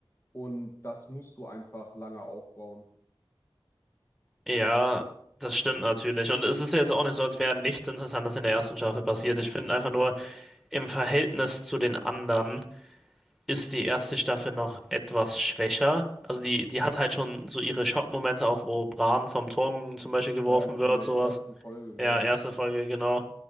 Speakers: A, on the left (about 30°); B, in the centre.
A: Und das musst du einfach lange aufbauen.
B: Ja, das stimmt natürlich. Und es ist jetzt auch nicht so, als wäre nichts Interessantes in der ersten Staffel passiert.
A: Nein, nein.
B: Ich finde einfach nur, im Verhältnis zu den anderen ist die erste Staffel noch etwas schwächer. Also die,
A: Mhm.
B: die hat halt schon so ihre Schockmomente, auch wo Bran vom Turm zum Beispiel
A: Das
B: geworfen
A: war ja noch
B: wird,
A: in der
B: sowas.
A: ersten Folge, glaube
B: Ja, erste
A: ich.
B: Folge, genau.